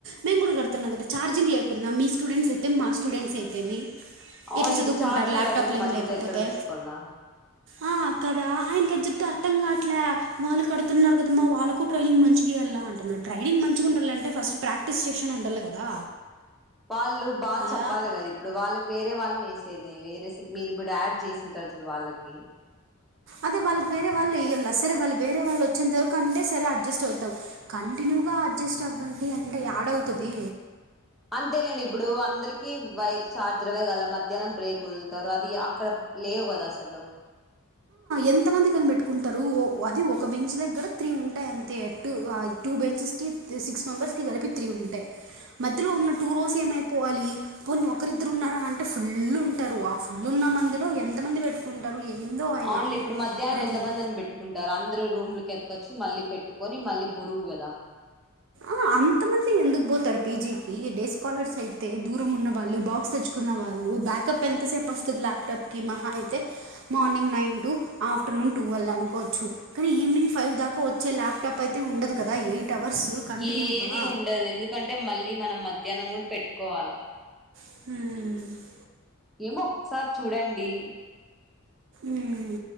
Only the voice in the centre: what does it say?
అవును
ఇప్పుడు ఛార్జింగ్
లేకపోతే
మధ్యలో
ఎక్కడ పెట్టుకోవాలనా
వాళ్ళు బాగా చెప్పాలి
కదా ఇప్పుడు వాళ్ళకి వేరే వాళ్ళు లేసేది వేరే రెసి మీరు ఇప్పుడు యాడ్ చేసింటారు చూడు వాళ్ళకి
అంతే నేను ఇప్పుడు అందరికి వై ఛార్జర్ అవ్యగల మధ్యాహ్నం బ్రేక్ వదులుతారు అది అక్కడ లేవు కదా అసలు
అవునులే ఇప్పుడు మధ్యాహ్నం
ఎంత మంది అని పెట్టు కుంటారు అందరు రూమ్లు కి ఎతకొచ్చి మళ్ళీ పెట్టుకొని మళ్ళీ బురువు కదా
ఏది ఉండదు ఎందుకంటే మళ్ళీ మనం మధ్యాహ్నం కూడా పెట్టుకోవాలా
ఏమో ఒక సారి చూడండి